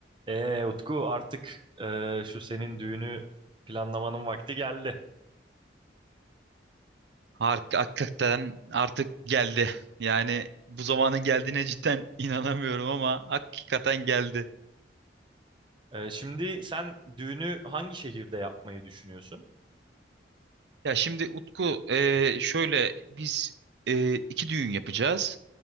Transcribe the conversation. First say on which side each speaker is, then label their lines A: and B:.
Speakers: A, on the right; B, on the right.
A: Ee, Utku artık e, şu senin düğünü planlamanın vakti geldi.
B: Hark- Hakikaten artık geldi. Yani bu zamanın geldiğine cidden <laughs> inanamıyorum ama hakikaten geldi.
A: E, şimdi sen düğünü hangi şehirde yapmayı düşünüyorsun?
B: Ya şimdi Utku e, şöyle biz e, iki düğün yapacağız.